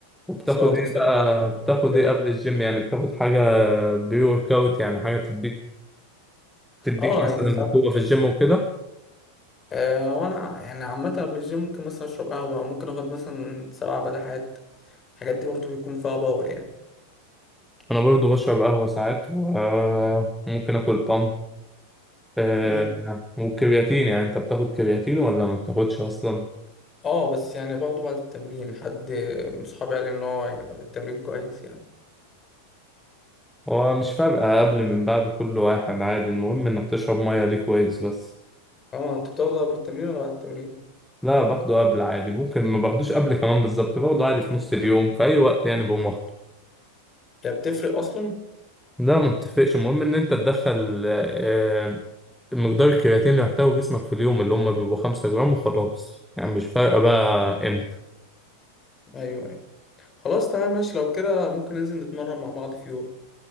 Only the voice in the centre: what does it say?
وبتاخد
ايه بقى
بتاخد
ايه قبل الجيم يعني بتاخد حاجه بري ورك اوت يعني حاجه تديك تديك
مثلا
قوه في الجيم وكده
انا برضو بشرب قهوه ساعات وممكن اكل طن آه،
والكرياتين يعني انت بتاخد كرياتين ولا ما بتاخدش اصلا
هو مش فارقه قبل من بعد كل واحد عادي المهم انك تشرب ميه ليه كويس بس
لا باخده قبل عادي ممكن ما باخدوش قبل كمان بالظبط باخده عادي في نص اليوم في اي وقت يعني بقوم واخده
لا ما بتفرقش المهم ان انت تدخل آه، مقدار الكرياتين اللي محتاجه جسمك في اليوم اللي هم بيبقوا خمسة جرام وخلاص يعني مش فارقة بقى امتى